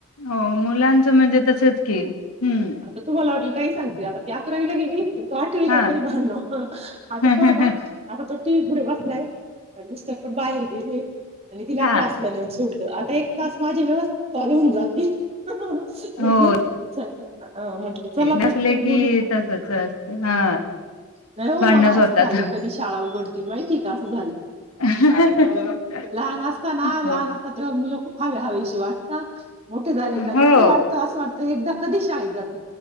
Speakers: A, on the left (about 90°); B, on the right (about 30°).
A: हो मुलाचं म्हणजे तसच की, हूं
B: आता तुम्हाला वाटलं काही सांगती आता ती अकरावीला गेली. तोत आठवीलाय
A: हा
B: तरी भांडण हां आता
A: ह
B: तो ना आता तो टी व्ही पुढ बसलाय मिस्टर पण बाहेर गेले... आणि तिला
A: हा
B: क्लासला नेऊन सो.. सोडलं आता एक तास माझी व्यवस्थित कॉल होऊन जातील. हं हं
A: हो
B: म्हटलं च अ म्हटलं चला
A: नसले
B: पटकन
A: की
B: बोलू
A: तसच असत हा
B: नाही ओ
A: भांडणच
B: मला
A: होतात
B: अस झालंय कधी शाळा उघडतील माहितेय....... आसं झालं.....
A: <inaudible>
B: लहान असताना लहान
A: हो.
B: असतात तेंव्हा मुलं खूप हवी हवी.... <unintelligible> मोठी झाली
A: हो
B: का नको वाटतं असं वाटत एकदा.... कधी शाळेत जाती?